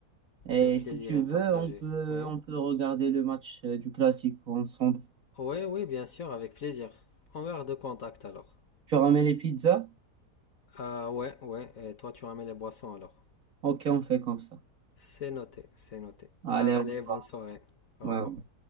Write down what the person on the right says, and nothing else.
Et
si tu
veux,
on peut,
on peut regarder le match euh, du classique ensemble.
Tu ramènes les pizzas?
Ok, on fait comme ça.
Allez,
au revoir.
Ouais.